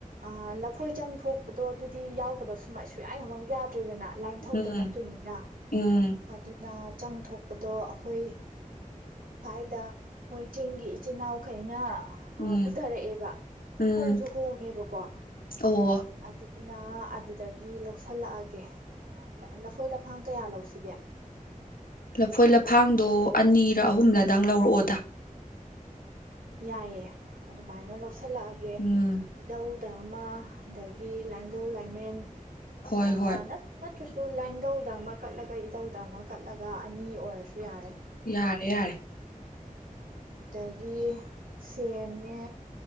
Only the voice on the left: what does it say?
ꯎꯝ
ꯎꯝ
ꯎꯝ
ꯎꯝ
ꯑꯣ
ꯂꯐꯣꯏ ꯂꯐꯥꯡꯗꯣ ꯑꯅꯤꯔ ꯑꯍꯨꯝꯂꯗꯪ ꯂꯧꯔꯛꯑꯣꯗ
ꯎꯝ
ꯍꯣꯏ
ꯍꯣꯏ
ꯌꯥꯔꯦ ꯌꯥꯔꯦ